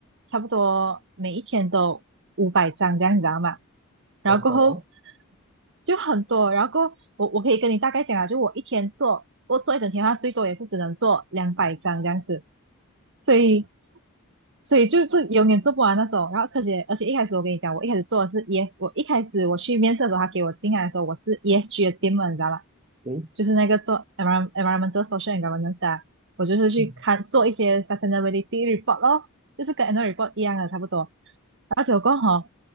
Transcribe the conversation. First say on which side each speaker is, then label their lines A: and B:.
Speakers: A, on the right; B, on the right.
A: 差不多每一天都五百张这样，你知道吗？然后过后
B: 哦吼，
A: 就很多，然后过后我我可以跟你大概讲啊，就我一天做我做一整天，它最多也是只能做两百张这样子。所以所以就是永远做不完那种。然后科学，而且一开始我跟你讲，我一开始做的是 ES，我一开始我去面试的时候，他给我进来的时候，我是 ESG 的 team，你知道吧？
B: 诶，
A: 就是那个做 environ- r o n m e n t a l social and governance 的啊，我就是去看做一些
B: 嗯，
A: sustainability report 咯，就是跟 annual report 一样的差不多。然后结果哈